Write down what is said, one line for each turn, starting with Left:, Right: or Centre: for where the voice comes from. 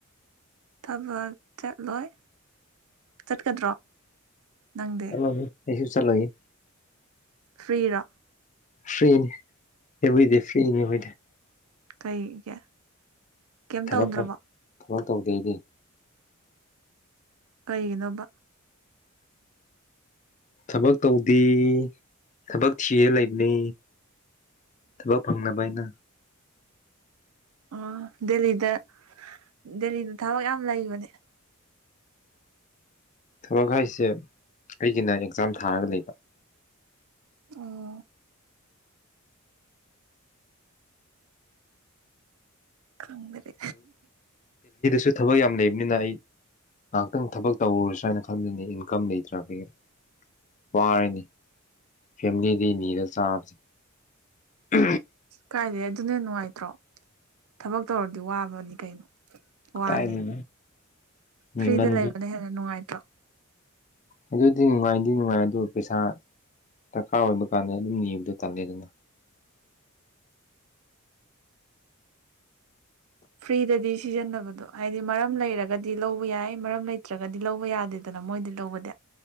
Right: ꯊꯕꯛ ꯆꯠꯂꯣꯏ ꯆꯠꯀꯗ꯭ꯔꯣ ꯅꯪꯗꯤ
Left: ꯆꯂꯣ ꯌꯦꯁꯨ ꯆꯂꯣꯒ
Right: ꯐꯔꯤꯔ
Left: ꯐ꯭ꯔꯤꯅꯤ ꯍꯕꯏꯗꯦ ꯐ꯭ꯔꯤꯅꯤ ꯍꯦꯕꯏꯗꯦ
Right: ꯀꯩꯒꯤꯦ ꯀꯩꯝ
Left: ꯊꯕꯛ
Right: ꯇꯧꯗ꯭ꯔꯕ
Left: ꯊꯕꯛ ꯇꯧꯗꯦ ꯑꯩꯗꯤ
Right: ꯀꯩꯒꯤꯅꯣꯝꯕ
Left: ꯊꯕꯛ ꯇꯧꯗꯦ ꯊꯕꯛ ꯊꯤꯔ ꯂꯩꯕꯅꯤ ꯊꯕꯥꯎ ꯐꯪꯅ ꯄꯥꯏꯅ
Right: ꯑ ꯗꯦꯜꯂꯤꯗ ꯗꯦꯜꯂꯤꯗ ꯊꯕꯛ ꯌꯥꯝ ꯂꯩꯕꯅꯦ
Left: ꯊꯂꯛ ꯍꯥꯏꯁꯦ ꯑꯩꯒꯤꯅ ꯑꯦꯛꯖꯥꯝ ꯊꯥꯔꯒ ꯂꯩꯕ
Right: ꯑꯣ ꯀꯝꯗꯔꯦ
Left: ꯁꯨ ꯊꯕꯛ ꯌꯥꯝ ꯂꯩꯕꯅꯤꯅ ꯑꯩ ꯉꯥꯏꯍꯥꯛꯇꯪ ꯊꯕꯛ ꯇꯧꯔꯨꯔ ꯁ ꯍꯥꯏꯅ ꯈꯪꯕꯅꯤ ꯏꯟꯀꯝ ꯂꯩꯇ꯭ꯔꯕꯒꯤ ꯄꯔꯤꯅꯤ ꯐꯦꯃꯤꯂꯤꯗꯤ ꯅꯤꯔ ꯆꯥꯕꯁꯦ ꯑ
Right: ꯀꯥꯏꯗꯩ ꯑꯗꯨꯅ ꯅꯨꯡꯉꯥꯏꯇ꯭ꯔꯣ ꯊꯕꯛ ꯇꯧꯔꯗꯤ ꯋꯥꯕꯅꯤ ꯀꯩꯅꯣ
Left: ꯀꯗꯥꯏꯗꯒꯤ
Right: ꯋꯥꯅꯤ
Left: ꯅꯤꯃꯟ
Right: ꯐ꯭ꯔꯤꯗ ꯂꯩꯕꯅ ꯍꯦꯟꯅ ꯅꯨꯡꯉꯥꯏꯇ꯭ꯔꯣ
Left: ꯑꯗꯨꯗꯤ ꯅꯨꯡꯉꯥꯏꯗꯤ ꯅꯨꯡꯉꯥꯏ ꯑꯗꯨ ꯄꯩꯁꯥ ꯗꯔꯀꯥꯔ ꯑꯣꯏꯕ ꯀꯥꯟꯗ ꯑꯗꯨꯝ ꯅꯤꯕꯗꯣ ꯇꯜꯂꯦ ꯑꯗꯨꯅ
Right: ꯐ꯭ꯔꯤꯗꯗꯤ ꯁꯤꯖꯤꯟꯅꯕꯗꯣ ꯍꯥꯏꯗꯤ ꯃꯔꯝ ꯂꯩꯔꯒꯗꯤ ꯂꯧꯕ ꯌꯥꯏ ꯃꯔꯝ ꯂꯩꯇ꯭ꯔꯒꯗꯤ ꯂꯧꯕ ꯌꯥꯗꯦꯗꯅ ꯃꯣꯏꯗꯤ ꯂꯧꯕꯗ